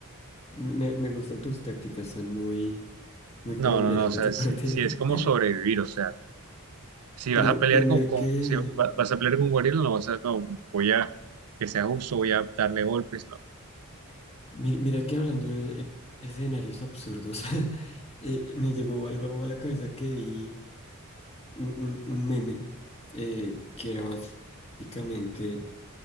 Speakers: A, on the left (about 30°); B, on the right (about 75°).
A: Me, me gustan tus tácticas, son muy, muy
B: No,
A: colombianas
B: no, no, o
A: de
B: sea,
A: tu
B: si,
A: parte.
B: si es como
A: <laughs>
B: sobrevivir, o sea, si
A: Pero,
B: vas a pelear
A: pero mira
B: con, con
A: que,
B: si va- vas a pelear con un gorila, no vas a, no, voy a, que sea justo, voy a darle golpes, no.
A: mi- mira que hablando de escenarios absurdos, <laughs> eh, me llegó algo a la cabeza que vi un, un- un meme eh, que era básicamente